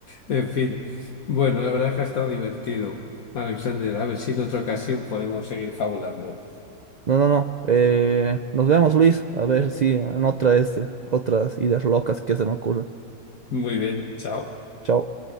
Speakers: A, on the left (about 65°); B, on the right (about 80°).
A: En fin, bueno, la verdad es que ha estado divertido, Alexander. A ver si en otra ocasión podemos seguir fabulando.
B: No, no, no. eh, nos vemos, Luis. A ver si en otra este, otras ideas locas que se me ocurren.
A: Muy bien, chao.
B: Chao.